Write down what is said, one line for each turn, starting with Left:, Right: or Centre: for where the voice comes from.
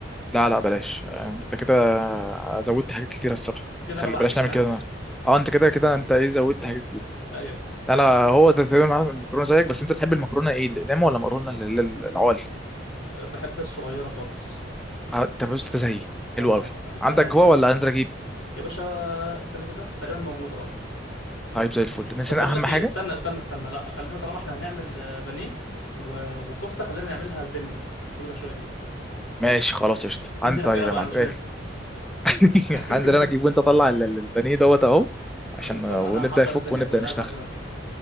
Centre: لا لا بلاش آه، انت كده زودت حاجات كتير الصراحه
Left: كده
Centre: خلي
Left: انا بعجنها
Centre: بلاش نعمل كده النهارده اه انت كده كده انت ايه زودت حاجات كتير
Left: <laughs> ايوه
Centre: لا لا هو ده تقريبا عامل المكرونه زيك بس انت تحب المكرونه ايه الاقلام ولا مكرونه ال- ال- ال- العوال
Left: بحب الصغيره خالص
Centre: اه انت بس انت زيي حلو
Left: اه
Centre: قوي
Left: بحبها
Centre: عندك
Left: قوي
Centre: جوا
Left: صراحه
Centre: ولا هنزل اجيب
Left: يا باشا ثانيه كده تقريبا موجوده اه
Centre: طيب زي الفل نسينا
Left: طب بقول
Centre: اهم
Left: لك
Centre: حاجه
Left: ايه استنى استنى استنى لا خلينا طالما احنا هنعمل آه، بانيه و- وكفته خلينا نعملها البنه الطويله شويه دي
Centre: ماشي خلاص قشطه عن
Left: انزل
Centre: طيب
Left: هات لنا بقى
Centre: يا معلم
Left: انا مش
Centre: قالت
Left: نازل
Centre: لي. <laughs>
Left: <laughs>
Centre: هنزل انا اجيب وانت طلع ال- ال- البانيه دوت اهو
Left: خلصان
Centre: عشان آه،
Left: انا
Centre: ونبدا
Left: هحضر
Centre: يفك
Left: الدنيا
Centre: ونبدا
Left: كلها
Centre: نشتغل
Left: لحد ما تيجي